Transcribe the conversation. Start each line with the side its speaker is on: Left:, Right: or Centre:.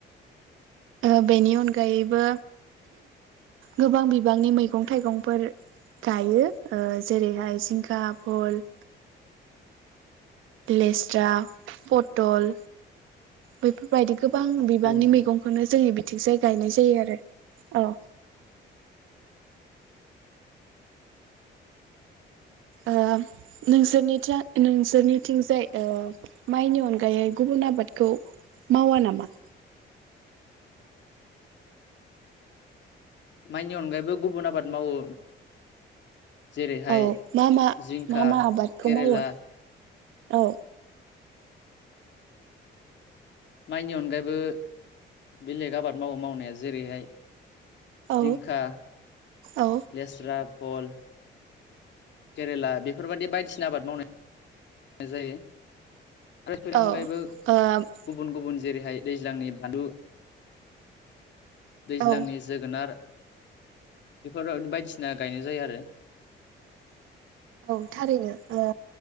Right: ओ बेनि अनगायैबो गोबां बिबांनि मैगं थाइगंफोर गायो जेरैहाय जिंखा भल लेस्रा पटल बेफोरबायदि गोबां बिबांनि
Left: औ नोंथां
Right: मैगंखौनो जोंनिबि थिसे गायनाय जायो आरो औ ओ नोंसोरनिथि नोंसोरनिथिंजाय ओ माइनि अनगायै गुबुन आबादखौ मावा नामा?
Left: माइनि अनगायैबो गुबुन आबाद मावो। जेरैहाय
Right: औ मा मा
Left: जिंखा
Right: मा मा आबादखौ
Left: केरेला
Right: मावो औ
Left: माइनि अनगायै बो बेलेग आबाद मावो मावनाया जेरैहाय
Right: औ
Left: जिंखा
Right: औ
Left: लेस्रा फल केरेला बेफोर बायदि बायदिसिना आबाद मावनाय जायो। आरो बेनि अनगायैबो
Right: औ ओ
Left: गुबुन गुबुन जेरैहाय दैज्लांनि बानलु दैज्लांनि
Right: औ
Left: जोगोनार बेफोरो बायदिसिना गायनाय जायो आरो।
Right: औ थारैनो ओ